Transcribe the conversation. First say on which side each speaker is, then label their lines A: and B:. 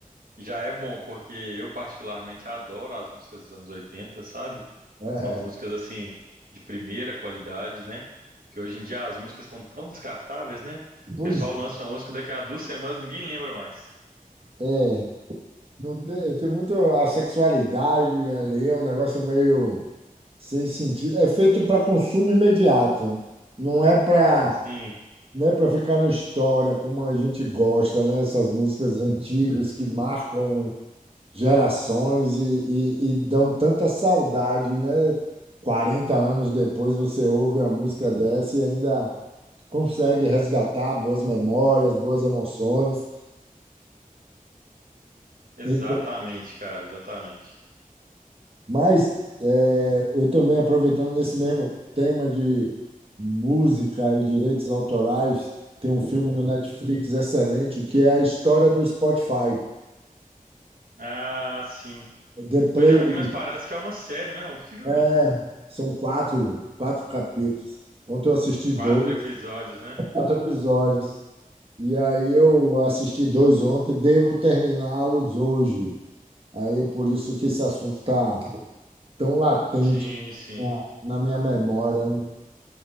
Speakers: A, on the right (about 80°); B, on the right (about 40°).
A: Já é bom, porque eu particularmente adoro as músicas dos anos oitenta sabe?
B: É,
A: São músicas assim de primeira qualidade, né? Que hoje em dia as músicas estão tão descartáveis, né?
B: pois
A: O pessoal lança uma música daqui a duas semanas ninguém lembra mais.
B: é, não tem, tem muito a sexualidade ali, é um negócio meio sem sentido. É feito para consumo imediato, não é para
A: Sim,
B: não é para ficar na história como a gente gosta, né? Essas músicas antigas que marcam gerações e, e, e dão tanta saudade, né? quarenta anos depois você ouve a música dessa e ainda consegue resgatar boas memórias, boas emoções.
A: exatamente,
B: Então,
A: cara, exatamente.
B: Mas é, eu também, aproveitando nesse mesmo tema de música e direitos autorais, tem um filme no Netflix excelente que é a história do Spotify.
A: Ah, sim.
B: The Playlist.
A: Eu já vi, mas parece que é uma série, né? Um filme.
B: É, são quatro, quatro capítulos. Ontem eu assisti dois,
A: Quatro episódios, né?
B: quatro episódios. E aí eu assisti dois ontem, devo terminá-los hoje. Aí é por isso que esse assunto está tão latente
A: Sim, sim.
B: na, na minha memória, né?